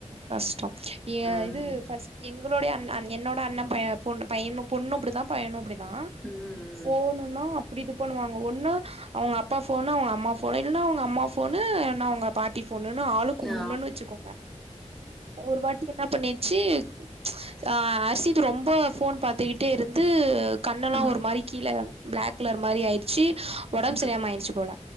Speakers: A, on the right; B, in the centre.
A: கஷ்டம் ஏ
B: ம்.
A: இது எங்களுடைய அண்‌ என்னோட அண்ண பைய பொண் பையனு பொண்ணு அப்டிதா பையனு அப்டிதா
B: உம் உம்
A: போனுன்னா அப்படி இது பண்ணுவாங்க ஒன்னு அவங்க அப்பா போனு அவங்க அம்மா போனு இல்லன்னா அவங்க அம்மா போனு இன்னா பாட்டி போன்னுனு ஆளுக்கு கும்புடுனூனு
B: ஆ.
A: வெச்சுக்கோங்க ஒரு வாட்டி என்ன பண்ணிருச்சு அ அரிஷித் ரொம்போ போன் பாத்துக்கிட்டே இருந்து கண்ணெல்லா
B: ஆ.
A: ஒரு மாறி கீழ பிளாக் கலர் மாரி ஆயிடுச்சு ஒடம்பு சரில்லாம
B: ம்.
A: ஆயிடுச்சு போல